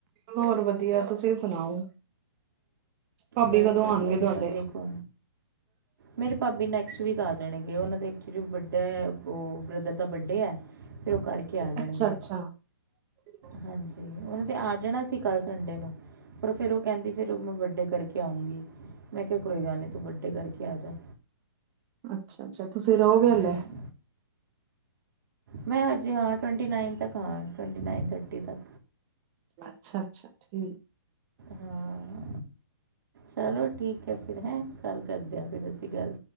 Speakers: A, on the right (about 30°); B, on the right (about 65°).
A: ਹੋਰ ਵਧੀਆ ਤੁਸੀਂ ਸੁਣਾਓ? ਭਾਬੀ
B: ਬਸ
A: ਕਦੋਂ
B: ਵਧੀਆ
A: ਆਣਗੇ ਤੁਹਾਡੇ?
B: ਜੀ। ਬਸ ਦੇਖੋ ਮੇਰੇ ਭਾਬੀ ਨੈਕਸਟ ਵੀਕ ਆ ਜਾਣਗੇ। ਉਹਨਾਂ ਦੇ ਐਕਚੁਲੀ ਵਡਾ ਉਹ ਬ੍ਰਦਰ ਦਾ ਬਡੇ ਐ। ਫੇਰ ਉਹ ਕਰਕੇ ਆ ਜਾਂਣਗੇ।
A: ਅੱਛਾ <inaudible>
B: ਹਾਂਜੀ ਉਨੇ ਤੇ ਆ ਜਾਣਾ ਸੀ ਕੱਲ ਸੰਡੇ ਨੂੰ ਪਰ ਫੇਰ ਉਹ ਕਹਿੰਦੀ ਫੇਰ ਓਹ ਮੈਂ ਬੱਡੇ ਕਰਕੇ ਆਊਂਗੀ ਮੈਂ ਕਿਹਾ ਕੋਈ ਗੱਲ ਨਈ ਤੂੰ ਬੱਡੇ ਕਰਕੇ ਆ ਜਾ
A: ਅੱਛਾ-ਅੱਛਾ ਤੁਸੀਂ ਰਹੋਗੇ
B: ਹਾਂ,
A: ਹੱਲੇ।
B: ਮੈਂ ਹਜੇ ਹਾਂ ਟਵੰਟੀ ਨਾਈਨ ਤੱਕ ਹਾਂ, ਟਵੰਟੀ ਨਾਈਨ ਥਰਟੀ ਤੱਕ
A: ਅੱਛਾ-ਅੱਛਾ ਠੀਕ
B: ਹਾਂ ਚਲੋ ਠੀਕ ਐ ਫੇਰ ਹੈਂ ਕੱਲ ਕਰਦੇ ਆਂ ਫੇਰ ਅਸੀਂ ਗੱਲ